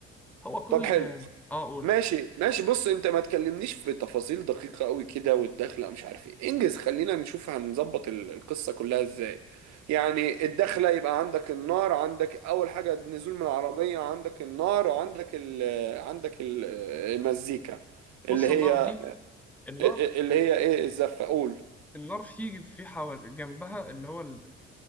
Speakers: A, in the centre; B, on the right.
A: هو كل
B: طب حلو
A: اه آه، قول
B: ماشي ماشي بص انت ما تكلمنيش في تفاصيل دقيقة قوي كده والدخلة مش عارف ايه انجز خلينا نشوف هنظبط ال- القصة كلها ازاي يعني الدخلة يبقى عندك النار عندك اول حاجة النزول من العربية عندك النار وعندك ال عندك ال- المزيكا
A: بص
B: اللي هي
A: النار دي النار
B: اللي هي ايه الزفة قول
A: النار في في حوال جنبها اللي هو ال-